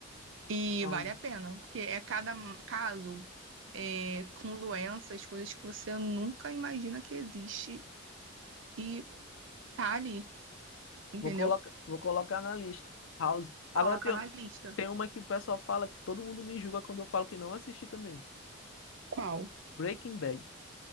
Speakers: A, on the right; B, on the left.
A: E
B: House.
A: vale a pena, porque é cada caso é, com doenças, coisas que você nunca imagina que existe e tá ali, entendeu?
B: Vou colocar, vou colocar na lista. House. Agora
A: Coloca
B: tem,
A: na lista.
B: tem uma que o pessoal fala que todo mundo me julga quando eu falo que não assisti também.
A: Qual?
B: Breaking Bad.